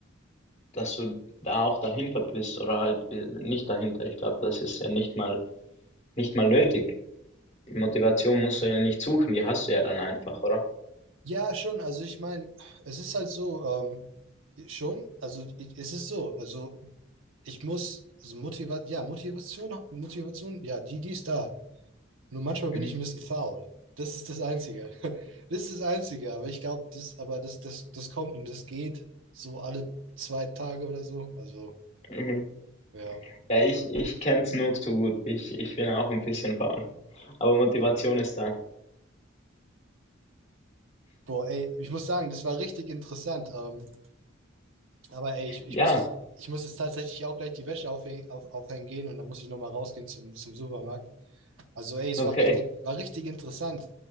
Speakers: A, on the left; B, on the right.
A: dass du da auch dahinter bist oder halt äh, nicht dahinter. Ich glaube, das ist ja nicht mal, nicht mal nötig. Die Motivation musst du ja nicht suchen, die hast du ja dann einfach, oder?
B: Ja, schon. Also ich meine, es ist halt so, ähm, schon, also i- es ist so, also ich muss, also Motiva ja, Motivation, Motivation, ja, die, die ist da. Nur manchmal bin
A: Mhm.
B: ich ein bisschen faul. Das ist das Einzige. <laughs> Das ist das Einzige, aber ich glaube, das, aber das, das, das kommt und das geht so alle zwei Tage oder so. Also,
A: Mhm.
B: ja.
A: Ja, ich ich kenne es nur zu gut. Ich ich bin auch ein bisschen faul, aber Motivation ist da.
B: Boah, ey, ich muss sagen, das war richtig interessant. Ähm, Aber ey, ich, ich
A: Ja,
B: muss jetzt, ich muss jetzt tatsächlich auch gleich die Wäsche aufhängen, auf, aufhängen gehen und dann muss ich nochmal rausgehen zum, zum Supermarkt. Also ey, es
A: okay.
B: war richtig, war richtig interessant.